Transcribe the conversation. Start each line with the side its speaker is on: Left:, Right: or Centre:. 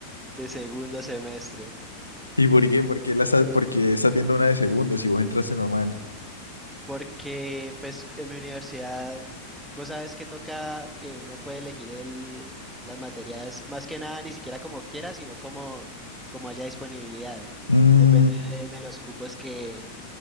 Centre: de segundo semestre.
Left: ¿Y por qué? ¿Por qué la estás, porque estás viendo una de segundo si vos entraste normal?
Centre: Porque pues en mi universidad, vos sabes que toca que uno puede elegir el, las materias más que nada ni siquiera como quiera, sino como, como haya disponibilidad.
Left: Mm,
Centre: Depende de, de los cupos que,